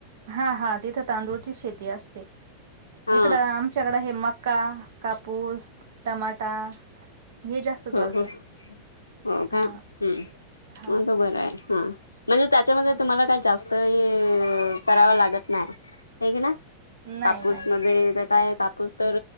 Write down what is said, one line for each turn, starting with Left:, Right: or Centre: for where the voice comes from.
Right: हा हा तिथं तांदूळची शेती असते,
Left: हा
Right: इकडं आमच्या हीकड हे मका, कापूस, टमाटा हे जास्त चालतं.
Left: हो हो हो
Right: हा
Left: का? हम्!
Right: हा
Left: मग तर बरं आहे हा. म्हणजे त्याच्यामध्ये
Right: हा
Left: तुम्हाला काय जास्त हे करावा लागत नाही. हे ना.
Right: नाही
Left: कापूसमध्ये
Right: नाही
Left: तर काय कापूस तर